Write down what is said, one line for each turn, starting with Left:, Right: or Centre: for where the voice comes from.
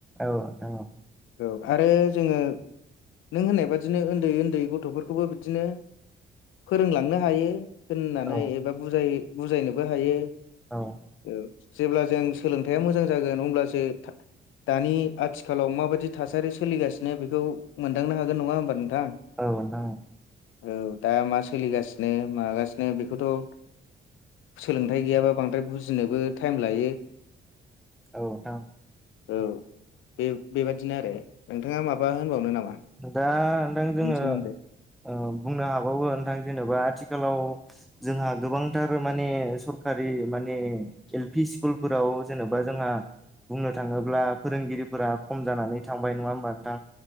Centre: औ औ
Left: औ आरो जोङो नों होननाय बादिनो उन्दै उन्दै गथ'फोरखौबो बिदिनो फोरोंलां नो हायो होननानै
Centre: औ
Left: एबा बुजाय बुजायनोबो हायो
Centre: औ
Left: औ जेब्ला जों सोलोंथाइया मोजां जागोन अब्लासो दानि आथिखालाव माबायदि थासारि सोलिगासिनो बेखौ मोनदांनो हागोन नङा होमबा नोंथां
Centre: औ नोंथां औ
Left: औ दा मा सोलिगासिनो मागासिनो बेखौथ' सोलोंथाइ गैयाबा बांद्राय बुजिनोबो टाइम लायो
Centre: औ नोंथां
Left: औ बे-बेबादिनो आरो नोंथाङा माबा होनबावनो नामा
Centre: दा नोंथां जोङो
Left: बेनि सोमोन्दै
Centre: ओ बुंनो हाबावो नोंथां जेनेबा आथिखालाव जोंहा गोबांथार माने सरखारि माने एल पि स्कुलफोराव जेनेबा जोंहा बुंनो थाङोब्ला फोरोंगिरिफोरा खम जानानै थांबाय नङा होमबा नोंथां